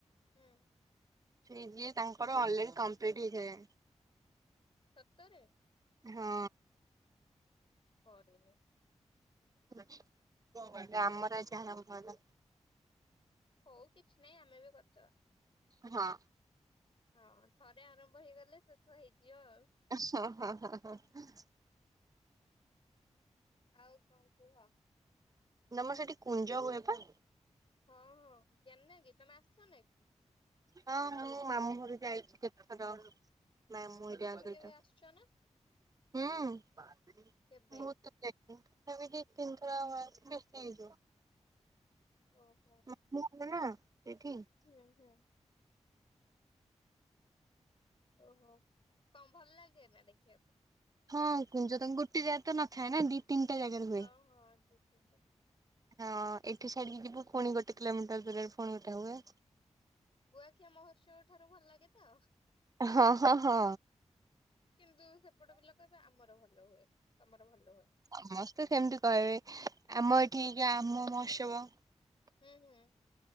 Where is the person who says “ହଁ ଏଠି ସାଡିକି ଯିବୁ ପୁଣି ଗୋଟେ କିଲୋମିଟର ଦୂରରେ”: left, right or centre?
Right